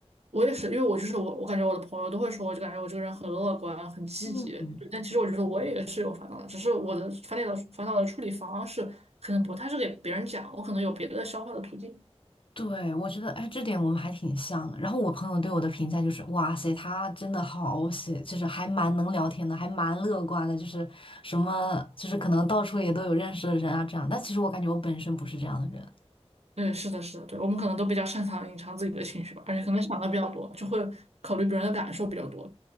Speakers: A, on the right; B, on the left.
A: 我也是，因为我就是我，我感觉我的朋友都会说，我就感觉我这个人很乐观、很积极。
B: 嗯，嗯。
A: 对，但其实我觉得我也是有烦恼的，只是我的烦恼的烦恼的处理方式可能不太是给别人讲，我可能有别的消化的途径。
B: 对，我觉得，哎，这点我们还挺像的。然后我朋友对我的评价就是，哇塞，他真的好写，就是还蛮能聊天的，还蛮乐观的，就是什么，就是可能到处也都有认识的人啊，这样。但其实我感觉我本身不是这样的人。
A: 对，是的，是的，对，我们可能都比较擅长隐藏自己的情绪吧，而且可能想的比较多，就会考虑别人的感受比较多，